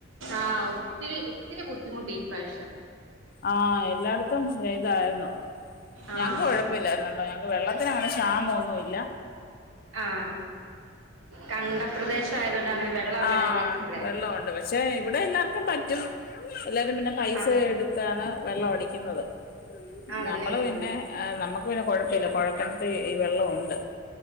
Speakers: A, on the right (about 85°); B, on the left (about 45°).
A: ആഹ് ഒത്തിരി ഒത്തിരി ബുദ്ധിമുട്ടി ഈ പ്രാവശ്യം
B: ആഹ് എല്ലായിടത്തും ചെയ്തായിരുന്നു
A: ആഹ്
B: ഞങ്ങക്ക് കൊഴപ് കൊഴപ്പയില്ലായിരുന്നല്ലോ ഞങ്ങക്ക് വെള്ളത്തിന് അങ്ങനെ ക്ഷാമ ഒന്നും ഇല്ലാ
A: ആഹ് കണ്ടപ്രദേശ ആയതുകൊണ്ട് അങ്ങനെ വെള്ളം അങ്ങനെ
B: ആഹ്
A: വറ്റത്തില്ലായിരിക്കും
B: വെള്ളം ഒണ്ട് പക്ഷെ ഇവിടെ എല്ലാർക്കും പറ്റും എല്ലാരും പിന്നെ പൈസ
A: ആഹ്
B: എടുത്താണ് വെള്ളം അടിക്കുന്നത്
A: ആണല്ലേ
B: നമ്മള്
A: ഓ
B: പിന്നെ ആഹ് നമ്മക്ക് പിന്നെ കൊഴപ്പയില്ലാ കൊഴൽകെണറി വെള്ളം ഒണ്ട്